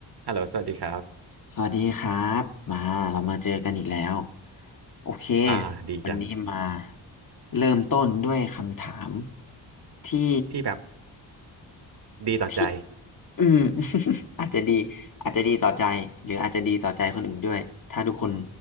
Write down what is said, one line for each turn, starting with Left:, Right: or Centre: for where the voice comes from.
Right: ฮัลโหลสวัสดีครับ
Left: สวัสดีครับมาเรามาเจอกันอีกแล้วโอเค
Right: อ่าดีจัง
Left: วันนี้มาเริ่มต้นด้วยคำถามที่
Right: ที่แบบดีต่อใจ
Left: ที่อืม <laughs> อาจจะดีอาจจะดีต่อใจหรืออาจจะดีต่อใจคนอื่นด้วยถ้าทุกคน